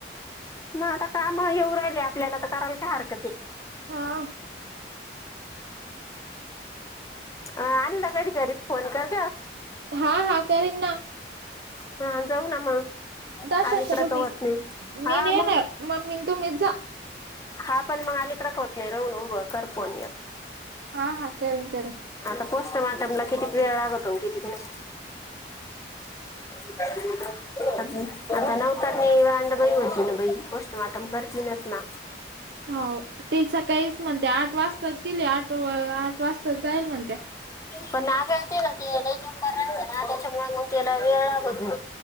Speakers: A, on the left (about 20°); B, on the right (about 65°).
A: ना आता काम येऊ राहिल आपल्याला तर करायला काय हरकती
B: हा
A: अ आणला घडी घरीत फोन कर ग
B: हा हा करेन ना
A: हा जाऊ ना मग
B: जाशंत
A: अलीकडं
B: तुम्ही
A: कवत नाही हा
B: मी नेणार
A: मग
B: मममी तुम्हीच जा
A: हा पण मग अलीकडक होत नाही रहून उ करपोन या
B: हा हा कर कर
A: आता पोस्टमार्टमला किती वेळ लागतो किती नाही?
B: <inaudible>
A: <inaudible> आता नवतर नाही अांड बाई होती ना बाई पोस्टमॉर्टम करतील नच ना
B: हो ते सकाळीच म्हणते आठ वाजताच गेले आठ आठ वाजता जाईल म्हणत.
A: पण नागहते ना ती याला नंबर राहते ना त्याच्यामुळे मग त्याला वेळ लागतो.